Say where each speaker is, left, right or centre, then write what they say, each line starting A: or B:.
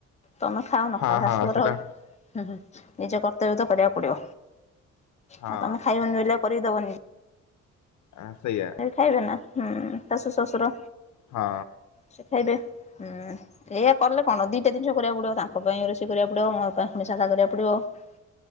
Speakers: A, on the left; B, on the left.
A: ତମେ ଖାଓ ନ
B: ହଁ
A: ଖାଅ
B: ହଁ
A: ଶାଶୁଘର
B: ସେଟା
A: ଆଉ। ହୁଁ ହୁଁ ନିଜ କର୍ତ୍ତବ୍ୟ ତ କରିବାକୁ ପଡିବ
B: ହଁ
A: ଆଉ ତମେ ଖାଇବନି ବୋଲି ଆଉ କରିକି ଦବନି।
B: ହଁ ସେଇୟା।
A: ସେ ଖାଇବେନା ହୁଁ ଶାଶୁ ଶ୍ୱଶୁର।
B: ହଁ
A: ସେ ଖାଇବେ ହୁଁ ଏଇଆ କଲେ କଣ ଦିଟା ଜିନଷ କରିବାକୁ ପଡ଼ିବ ତାଙ୍କ ପାଇଁ ରୋଷେଇ କରିବାକୁ ପଡ଼ିବ ମୋ ପାଇଁ ପୁଣି ସାଧା କରିବାକୁ ପଡ଼ିବ।